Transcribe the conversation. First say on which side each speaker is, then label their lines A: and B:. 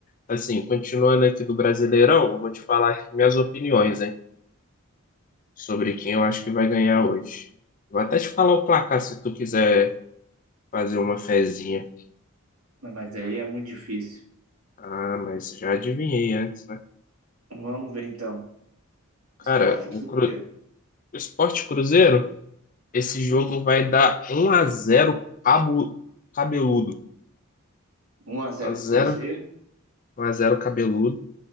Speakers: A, on the left; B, on the right.
A: assim, continuando aqui do Brasileirão, eu vou te falar aqui minhas opiniões, hein? Sobre quem eu acho que vai ganhar hoje. Vou até te falar o placar se tu quiser fazer uma fezinha.
B: mas aí é muito difícil.
A: Ah, mas já adivinhei antes, né?
B: Vamos ver então.
A: Cara,
B: Sport
A: o,
B: Cruzeiro,
A: Cru... o Sport Cruzeiro Esse jogo vai dar um a zero cabo, cabeludo.
B: 1 a 0
A: 1 a zero
B: pro Cruzeiro.
A: 1 a zero cabeludo.